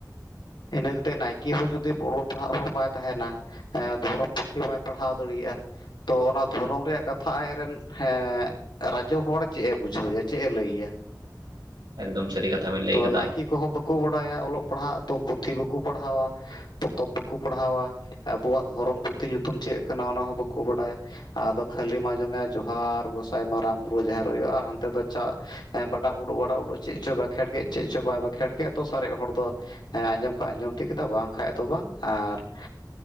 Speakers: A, on the left (about 85°); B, on the right (about 85°).
A: ᱤᱱᱟᱹ ᱠᱟᱛᱮᱫ ᱱᱟᱭᱠᱮ ᱦᱚᱸ ᱡᱩᱫᱤ ᱚᱞᱚᱜ ᱯᱟᱲᱦᱟᱜ ᱦᱚᱲ ᱵᱟᱭ ᱛᱟᱦᱮᱱᱟ ᱮ ᱫᱷᱚᱨᱚᱢ ᱯᱩᱛᱷᱤ ᱦᱚᱸ ᱵᱟᱭ ᱯᱟᱲᱦᱟᱣ ᱫᱟᱲᱮᱭᱟᱜ-ᱟ ᱾ ᱛᱚ ᱚᱱᱟ ᱫᱷᱚᱨᱚᱢ ᱨᱮᱭᱟᱜ ᱠᱟᱛᱷᱟ ᱟᱡ ᱨᱮᱱ ᱦᱮᱸ ᱨᱟᱡᱚ ᱦᱚᱲ ᱪᱮᱫ ᱮ ᱵᱩᱡᱷᱟᱹᱣ ᱮᱭᱟ ᱪᱮᱫ ᱮ ᱞᱟᱹᱭ ᱟᱭᱟ ᱾ <inaudible>
B: ᱮᱠᱫᱚᱢ ᱥᱟᱹᱨᱤ ᱠᱟᱛᱷᱟ ᱵᱮᱱ ᱞᱟᱹᱭ
A: ᱛᱚ
B: ᱠᱟᱫᱟ
A: ᱱᱟᱭᱠᱮ ᱠᱚᱦᱚᱸ ᱵᱟᱠᱚ ᱵᱟᱲᱟᱭᱟ ᱚᱞᱚᱜ ᱯᱟᱲᱦᱟᱜ ᱛᱚ ᱯᱩᱛᱷᱤ ᱵᱟᱠᱚ ᱯᱟᱲᱦᱟᱣᱟ ᱾ ᱯᱚᱛᱚᱵ ᱵᱟᱠᱚ ᱯᱟᱲᱦᱟᱣᱟ, ᱟᱵᱚᱣᱟᱜ ᱫᱷᱚᱨᱚᱢ ᱯᱩᱛᱷᱤ ᱧᱩᱛᱩᱢ ᱪᱮᱫ ᱠᱟᱱᱟ ᱚᱱᱟᱦᱚᱸ ᱵᱟᱠᱚ ᱵᱟᱰᱟᱭᱟ ᱾ ᱟᱫᱚ ᱠᱷᱟᱹᱞᱤᱢ ᱟᱸᱡᱚᱢ ᱮᱭᱟ ᱡᱚᱦᱟᱨ ᱜᱚᱸᱥᱟᱭ ᱢᱟᱨᱟᱝ ᱵᱩᱨᱩ ᱡᱟᱦᱮᱨ ᱟᱭᱳ ᱟᱨ ᱦᱟᱱᱛᱮ ᱫᱚ ᱪᱟᱜ ᱦᱮᱸ ᱵᱟᱰᱟᱜ ᱵᱩᱰᱩᱜ ᱵᱟᱰᱟᱜ ᱵᱩᱰᱩᱜ ᱪᱮᱫ ᱪᱚ ᱵᱟᱸᱠᱷᱮᱲᱠ ᱪᱮᱫ ᱪᱚ ᱵᱟᱭ ᱵᱟᱠᱷᱮᱲ ᱠᱮᱫ ᱛᱚ ᱥᱟᱨᱮᱡ ᱦᱚᱲ ᱫᱚ ᱦᱮᱸ ᱟᱸᱡᱚᱢ ᱠᱷᱟᱡ ᱟᱸᱡᱚᱢ ᱛᱤᱭᱟᱹᱜ ᱠᱮᱫᱟ ᱵᱟᱝ ᱠᱷᱟᱡ ᱫᱚ ᱵᱟᱝ ᱟᱨ <inaudible>